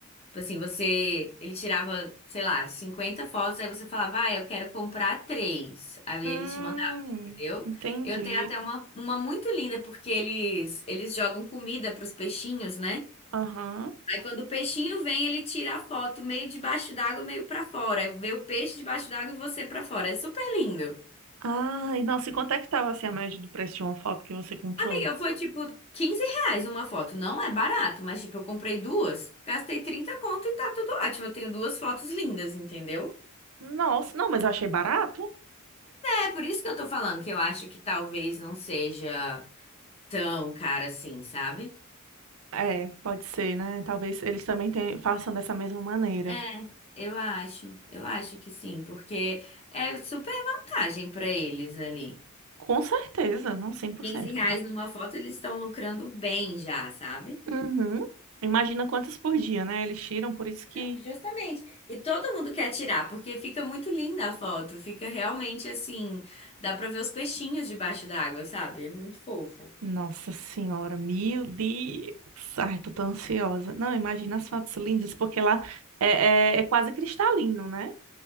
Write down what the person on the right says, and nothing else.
Hum,
entendi.
Aham.
Ai, nossa, e quanto é que tava assim a média do preço de uma foto que você comprou?
Nossa, não, mas eu achei barato.
É, pode ser, né? Talvez eles também tenham- façam dessa mesma maneira.
Com certeza, não Cem por
cento.
Uhum. Imagina quantas por dia, né? Eles tiram, por isso que.
Nossa Senhora, meu Deus! Ai, eu tô tão ansiosa. Não, imagina as fotos lindas, porque lá é, é, é quase cristalino, né?